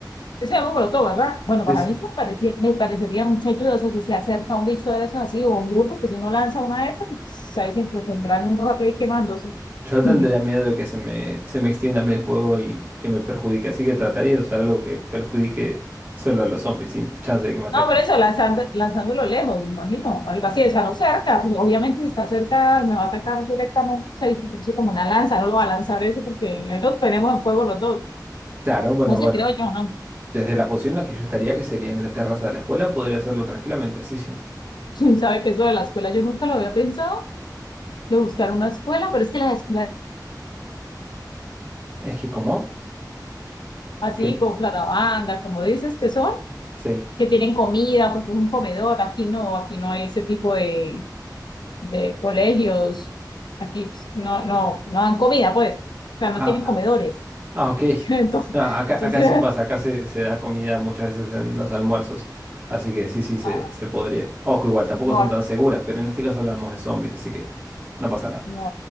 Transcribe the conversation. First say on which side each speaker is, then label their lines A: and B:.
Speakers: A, on the left; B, on the right.
A: Eso es molotov, ¿verdad? Bueno,
B: Sí,
A: para
B: sí.
A: mí eso me, parece, me parecería mucho ayudoso si se acerca un bicho de esos así o un grupo que si uno lanza una de esas, pues, ahí se entretendrán un rato ahí quemándose.
B: Yo tendría
A: <laughs>
B: miedo de que se me, se me extienda a mí el fuego y que me perjudique, así que trataría de usar algo que perjudique solo a los zombies, sin chance de que me ataquen.
A: No, por eso, lanzando, lanzándolo lejos, me imagino, algo así, o sea, no cerca, pues, obviamente si está cerca me va a atacar directamente, o sea, y- es como una lanza, no lo va a lanzar eso porque ahí nos tenemos en fuego los dos.
B: Claro, bueno,
A: No sé,
B: bueno.
A: creo yo, no. <laughs>
B: Desde la posición en la que yo estaría, que sería en la terraza de la escuela, podría hacerlo tranquilamente, sí, sí.
A: Sí, sabe que eso de la escuela yo nunca lo había pensado, de buscar una escuela, pero es que las escuelas
B: Es que, ¿cómo?
A: así,
B: Que,
A: con banda, como dices, que son,
B: sí.
A: que tienen comida, pues es un comedor, aquí no, aquí no hay ese tipo de, de colegios, aquí pues, no, no, no dan comida, pues, o sea, no
B: Ah,
A: tienen comedores.
B: ah, ok.
A: <laughs> Entonces,
B: No, acá,
A: entonces
B: acá sí pasa, acá se, se da comida muchas veces en los almuerzos, así que sí, sí, se,
A: ah,
B: se podría. Ojo, igual, tampoco
A: no,
B: son
A: aquí
B: tan seguras, pero en este caso hablamos de zombies, así que no pasa nada.
A: no,